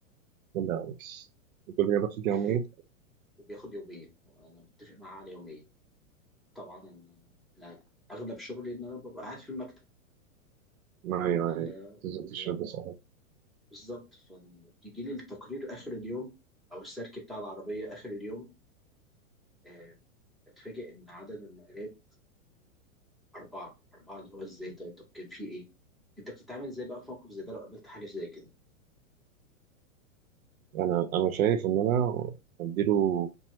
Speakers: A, on the right; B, in the centre.
A: لا بس كل جابت في
B: <laughs>
A: الجامعية
B: وبياخد يومين وأنا متفق معاه على يومين طبعا أنا أنا أغلب شغلي إن أنا ببقى قاعد في المكتب
A: معايا معايا
B: آه،
A: تنزل
B: آه،
A: تشرب بس
B: بالظبط فلما بيجي لي التقرير آخر اليوم أو السيركي بتاع العربية آخر اليوم آه، أتفاجئ إن عدد النقلات أربعة أربعة اللي هو إزاي طيب طب كان في إيه؟ أنت بتتعامل إزاي بقى في موقف زي ده لو قابلت حاجة زي كده؟
A: انا انا شايف ان انا اديله